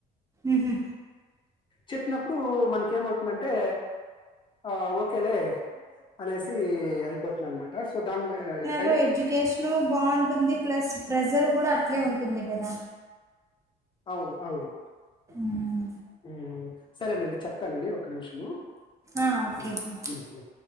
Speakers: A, on the right; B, on the left.
A: ఉహు
B: చెప్పినప్పుడు మనకేమవుతుందం అంటే ఆ ఓ కేలే అనేసి అయిపోతున్నా అనమాట సో దాన్ ఆ ఆ
A: లో ఎడ్యుకేషన్ బాగుంటుంది ప్లస్ ప్రెజర్ కూడా అట్లే ఉంటుంది కదా
B: అవును అవును
A: ఉమ్
B: ఉ సరేనండి చెప్తానండి ఒక నిమిషము
A: ఆ ఓకే
B: ఉ
A: బ్రో
B: ఉ